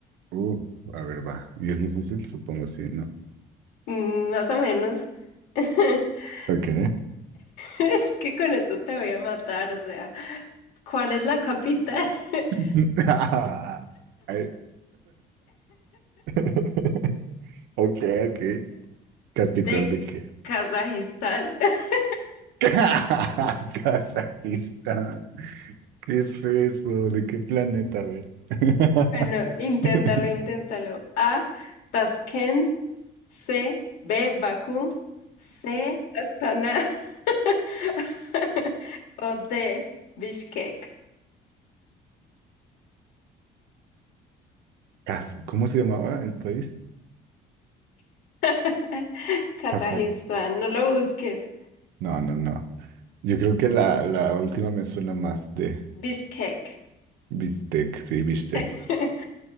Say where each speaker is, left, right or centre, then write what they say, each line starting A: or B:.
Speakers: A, on the right; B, on the left.
A: Uf, a ver, va. ¿Y es difícil? Supongo sí, ¿no?
B: Mm, Más o menos. <laughs>
A: Ok.
B: Es que con eso te voy a matar, o sea, ¿cuál es la capital <laughs>
A: <laughs> Ah, Ay. <laughs> Ok, ok. ¿Capital
B: de
A: de qué?
B: Kazajistán? <laughs>
A: <laughs> Kazajistán. ¿Qué es eso? ¿De qué planeta? A ver. <laughs>
B: Bueno, inténtalo,
A: <laughs>
B: inténtalo. A, Tashkent, C, B, Bakú, C, Astana <laughs> o D, Bishkek.
A: Kaz- ¿Cómo se llamaba el país?
B: <laughs> Kazajistán,
A: Kazak.
B: no lo busques.
A: No, no, no. Yo creo que la, la última me suena más de
B: Bishkek.
A: Bistec. Sí, Bistec.
B: <laughs>